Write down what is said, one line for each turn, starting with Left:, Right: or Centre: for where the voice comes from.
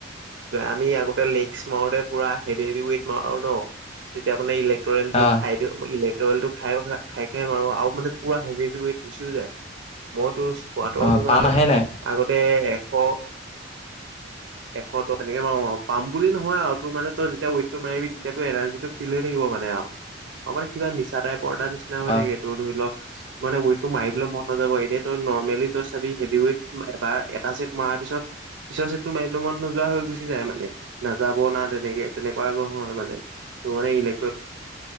Right: আমি আগতে লেগছ মাৰোতে পুৰা হেভি হেভিহ ৱেট মাৰো ন। তেতিয়া মানে, ইলেক্টৰিয়ল টো
Left: অ
Right: খাই দিওঁ ইলেক্টৰিল খাই খাই-খাই মাৰো আৰু মানে পুৰা হেভি হেভি ৱট কৰিছো যে, মইতো স্কোয়াট
Left: অ
Right: কিমান
Left: পাম আহে নাই
Right: আগতে অহ এশ, তেনেকে মাৰো আৰু পাম বুলি নহয় আৰু তোৰ মানে তই যেতিয়া ৱেইটটো মাৰিবি, তেতিয়াটো এনাৰ্জিটো ফিল হৈ থাকিব। মানে আৰু মানে কিবা নিছা টাইপৰটা নিচিনাএটা হৈ
Left: অ
Right: থাকে, তোৰ এইটো ধৰি ল মানে ৱেইটটো মাৰিবলৈ মন নাযাব, এনে তই নৰ্মেলি তই চাবি হেভি ৱট এবাৰ এটা চে'ট ম তাৰপিছত পিছৰ তোৰ মাৰিব মন নোযোৱা হৈ গুচি যায়, মানে নাযাব না তেনেকে তেনেকুৱা নহয় মানে। তোৰ মানে ইলেট্ৰ